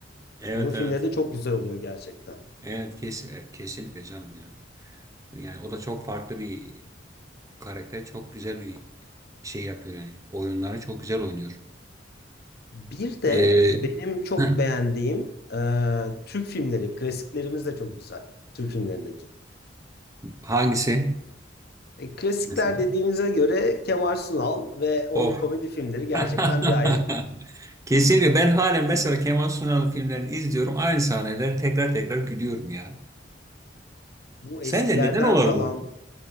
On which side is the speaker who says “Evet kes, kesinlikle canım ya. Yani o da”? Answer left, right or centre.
Right